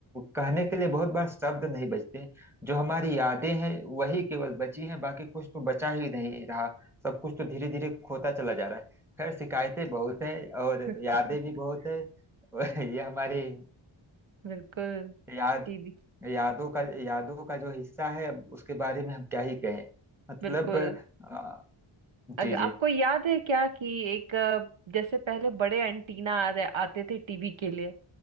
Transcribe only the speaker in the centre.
कहने के लिए बहुत बार शब्द नहीं बचते जो हमारी यादें हैं वही केवल बची हैं बाकी कुछ तो बचा ही नहीं रहा सब कुछ तो धीरे धीरे खोता चला जा रहा है खैर शिकायतें बहुत हैं और
यादें भी बहुत है <laughs> ये हमारी
याद
यादों का यादों का जो हिस्सा है अब उसके बारे में हम क्या ही कहें मतलब
अ, जी
जी